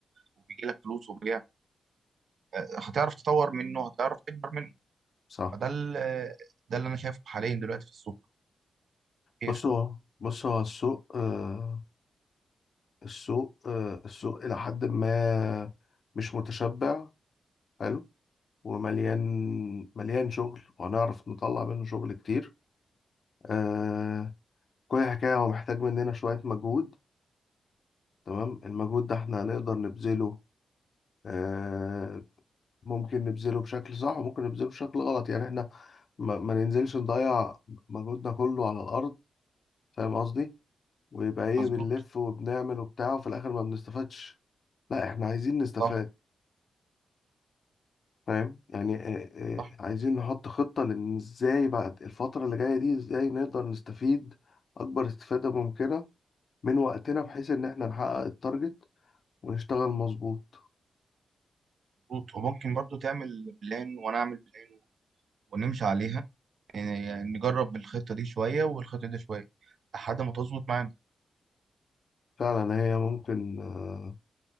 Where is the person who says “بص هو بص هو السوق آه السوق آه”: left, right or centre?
Left